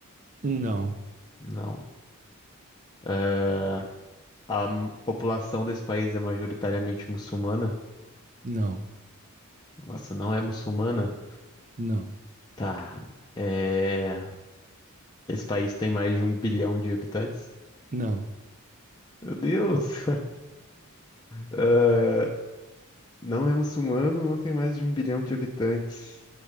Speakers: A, on the right; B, on the left.
A: Não.
B: Não. É, a m- população desse país é majoritariamente muçulmana?
A: Não.
B: Nossa, não é muçulmana?
A: Não.
B: Tá. É, esse país tem mais de um bilhão de habitantes?
A: Não.
B: Meu Deus! <laughs> É, não é muçulmano, não tem mais de um bilhão de habitantes.